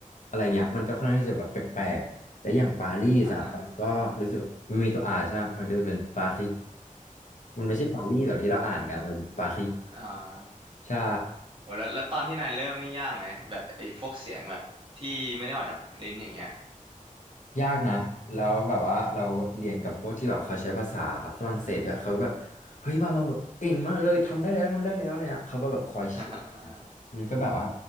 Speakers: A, on the left; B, on the right.
A: อะไรเงี้ยมันก็ค่อนข้างที่จะแบบแปลกๆและอย่างปารีสอะมันก็รู้สึกมันมีตัว
B: อ่า
A: R ใช่ไหมมันก็จะเป็นปารีมันไม่ใช่ปารีสแบบที่เราอ่านกันมันปารี
B: อ่า
A: ใช่
B: โหแล้วแล้วตอนที่นายเริ่มนี่ยากไหมแบบไอ้พวกเสียงแบบที่ไม่ได้ออกจากลิ้นอย่างเงี้ย
A: ยากนะแล้วแบบว่าเราเรียนกับพวกที่แบบเขาใช้ภาษาฝรั่งเศสด้วยเขาก็แบบเฮ้ยว่าเราแบบเก่งมากเลยทำได้แล้วทำได้แล้วอะไรเงี้ยเขาก็แบบคอยเชียร์นะมันก็แบบว่า
B: <laughs>